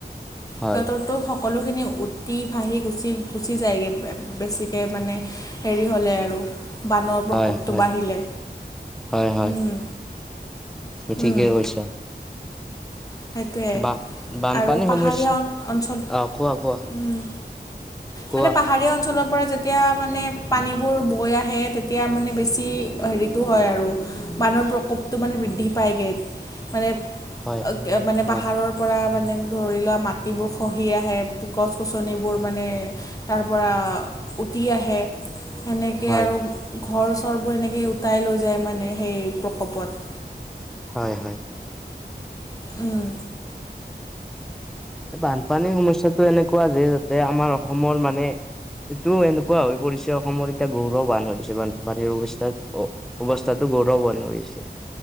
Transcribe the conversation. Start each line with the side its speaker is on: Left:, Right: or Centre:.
Centre: হয়
Left: সিহঁতৰটো সকলোখিনি উতি ভাহি গুচি-গুচি যায়গে, বেছিকে মানে হেৰি হ'লে আৰু। বানৰ
Centre: হয়
Left: প্ৰকোপটো
Centre: হয়
Left: বাঢ়িলে,
Centre: হয় হয়
Left: উম।
Centre: ঠিকেই
Left: উম।
Centre: কৈছা।
Left: সেইটোৱে,
Centre: বা বানপানী
Left: আৰু পাহাৰীয়া
Centre: সমস্যা
Left: অঞ্চল
Centre: অ', কোৱা কোৱা
Left: উম
Centre: কোৱা।
Left: মানে পাহাৰীয়া অঞ্চলৰ পৰা যেতিয়া মানে পানীবোৰ বৈ আহে, তেতিয়া মানে বেছি হেৰিটো হয় আৰু বানৰ প্ৰকোপটো মানে বৃদ্ধি পায়গে, মানে
Centre: হয়,
Left: <unintelligible> মানে পাহাৰৰ
Centre: হয়,
Left: পৰা মানে ধৰি লোৱা মাটিবোৰ খহি আহে, গছ-গছনিবোৰ মানে তাৰ পৰা উতি আহে। সেনেকে
Centre: হয়,
Left: আৰু, ঘৰ চৰবোৰ এনেকৈ উটাই লৈ যায় মানে হেৰি প্ৰকোপত।
Centre: হয়, হয়।
Left: উম।
Centre: বানপানীৰ সমস্যাটো এনেকুৱা যে, যাতে আমাৰ অসমৰ মানে এইটো এনেকুৱা হৈ পৰিছে, অসমৰ এতিয়া গৌৰ বান হয়। পানীৰ অৱস্থাত, অ-অৱস্থাটো গৌৰৱ <unintelligible>